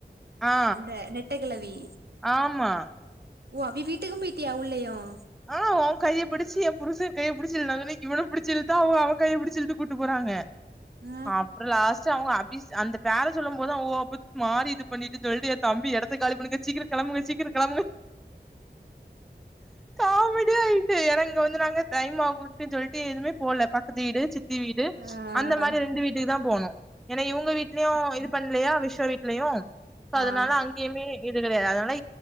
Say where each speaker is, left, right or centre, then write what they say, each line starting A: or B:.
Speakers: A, in the centre; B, on the right (about 70°).
A: ஆ
B: அந்த நெட்டெக் குளவி
A: ஆமா
B: ஓ அப்டி வீட்டுக்கும் போயிட்டியா உள்ளயும்
A: ம் ஓ அவன் கையை பிடிச்சு என் புருஷன் கைய புடிச்சுங்அன்னைக்கு இவனை புடிச்சி இழுத்தா அவங்க அவன் கையை புடிச்சு இழுத்துட்டு கூட்டு போறாங்க
B: ஆ
A: அஹ் அப்புறம் லாஸ்ட் அவங்க அபி அந்த பேரை சொல்ல போது அவ மாறி இது பண்ணிட்டு சொல்லிட்டு தம்பி இடத்த காலி பண்ணுங்க சீக்கிரம் கெளம்புங்க சீக்கிரம் கெளம்புங்க காமெடிய ஆயிட்டு என இங்க வந்து நாங்க டைம்ஆகும் சொல்லிட்டு எதுமே போல பக்கத்து வீடு சித்தி வீடு
B: ஆ
A: அந்த மாதிரி ரெண்டு வீடு தான் போகனும் ஏன்னா இவங்க வீட்லயும் இது பண்ணலையா விஸ்வ வீட்லயும் சோ அதனால
B: ஆ
A: அங்கயுமே இது கெடையாது அதனால